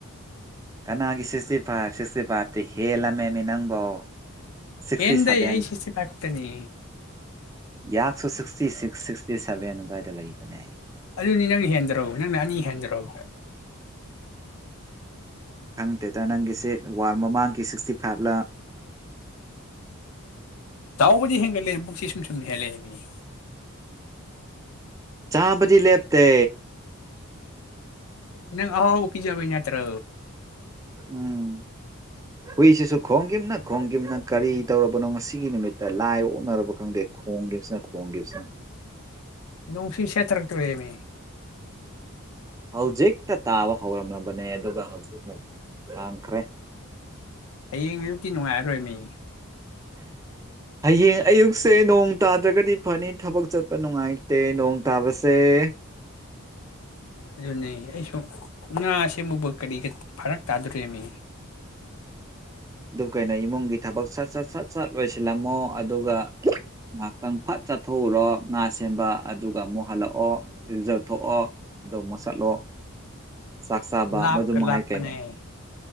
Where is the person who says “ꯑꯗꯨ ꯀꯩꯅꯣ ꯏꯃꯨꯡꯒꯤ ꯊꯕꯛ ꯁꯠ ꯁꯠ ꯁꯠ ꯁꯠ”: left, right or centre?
Right